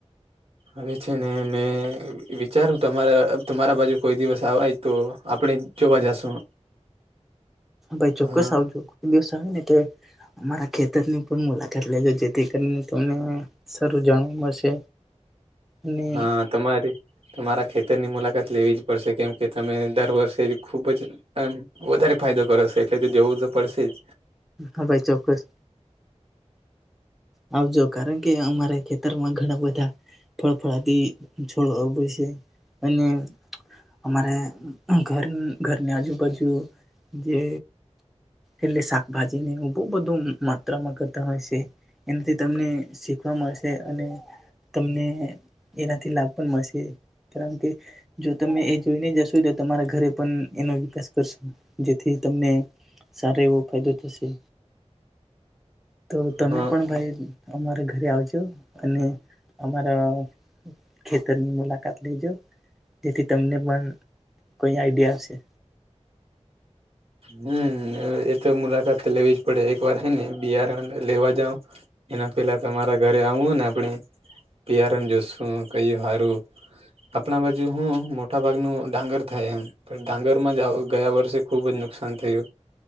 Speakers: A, on the right; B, in the centre.
A: હવે છે ને મેં વિચારું તમારા તમારા બાજુ કોઈ દિવસ આય તો આપણે જોવા જશું.
B: ભાઈ ચોક્કસ
A: હા
B: આવજો દિવસ આવે ને અમારા ખેતરની પણ મુલાકાત લેજો જેથી કરીને તમને સારું જાણવા મળશે. અને
A: હા તમારી તમારા ખેતરની મુલાકાત લેવી જ પડશે કેમ કે તમે દર વર્ષે ખુબ જ વધારે ફાયદો કરોશે એટલે તો જવું તો પડશે જ.
B: હા ભાઈ ચોક્કસ. આવજો કારણ કે અમારા ખેતરમાં ઘણા બધા ફળફળાથી છોડવા હોય છે અને અમારે ઘર ઘરની આજુબાજુ જે એટલે શાકભાજી ને એ બહુ બધું માત્રામાં કરતા હોય છે. એનાથી તમને શીખવા મળશે અને તમને એનાથી લાભ પણ મળશે કારણ કે જો તમે એ જોઈને જશો. ઈ તમારા ઘરે એનો વિકાસ કરશ જેથી તમને સારા એવો ફાયદો થશે. તો તમે
A: હા
B: પણ ભાઈ અમારે ઘરે આવજો અને અમારા ખેતરની મુલાકાત લેજો. જેથી તમને પણ કઈ આઈડિયા હશે.
A: હમ એ તો મુલાકાત લેવી જ પડે એક વાર હ ને બિયારણ લેવા જાવ એના પેલા તમારા ઘરે આવું ને આપણે બિયારણ જો કઈ હારું આપણા બાજુ હું મોટા ભાગનું ડાંગર થાય એમ ડાંગર જ ગયા વર્ષે ખુબ જ ન નુકસાન થયું